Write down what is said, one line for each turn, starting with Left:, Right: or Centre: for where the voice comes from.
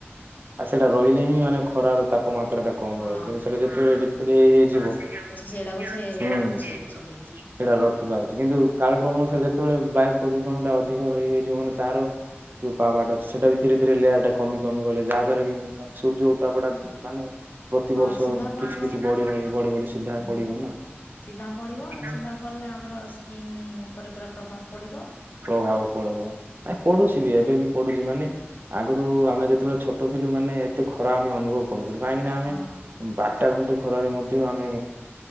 Right: ଆଉ ସେଇଟା ରହିଲେ ହିଁ, ମାନେ ଖରା ର ତାପମାତ୍ରା ଟା କମ
Left: ହଁ
Right: ରହିବ, କିନ୍ତୁ ସେଟା ଯେତେବେଳେ ଡିପ୍ଲେଟ ହେଇଯିବ ହୁଁ
Left: ସେଟାକୁ ସେ ରଖୁଛି ଆକଚୁଆଲି।
Right: ସେଇଟା ରଖିପାରୁଛି, କିନ୍ତୁ କାଳକ୍ରମ ଅନୁସାରରେ, ଯେତେବେଳେ ବାୟୁ ପ୍ରଦୂଷଣ ଟା ଅଧିକ ହେଇ ହେଇଯିବ, ମାନେ ତାର ଯୋଉ ପାବାଟ ଅ ସେଟା ବି ଧୀରେ ଧୀରେ ଲେୟରଟା କମି କମି ଗଲେ, ଯାହା ଦ୍ୱାରା କି ସୂର୍ଯ୍ୟ ଉତାପଟା ମାନେ ପ୍ରତିିବର୍ଷ
Left: ହଁ ସିଧା ପଡ଼ିବ
Right: କିଛି କିଛି, ବଢି ବଢି, ବଢି ବଢି ସିଧା
Left: ହୁଁ।
Right: ପଡିବ ନା।
Left: ସିଧା ପଡିବ,
Right: ହୁଁ
Left: ସିଧା ପଡ଼ିଲେ ଆମର ସ୍କିନ୍ ଉପରେ ପୁରା ପ୍ରଭାବ ପଡିବ।
Right: ପ୍ରଭାବ ପଡିବ, ନାଇ ପଡୁଛି ବି ଏବେ ବି ପଡୁଛି ମାନେ ଆଗରୁ ଆମେ ଯେତେବେଳେ ଛୋଟ ଥିଲୁ, ମାନେ ଏତେ ଖରା ଆମେ ଅନୁଭବ କରୁନଥିଲୁ, କାହିଁକିନା ଆମେ
Left: ହଁ।
Right: ବାରଟା, ଘଣ୍ଟେ ଖରାରେ ମଧ୍ୟ ଆମେ,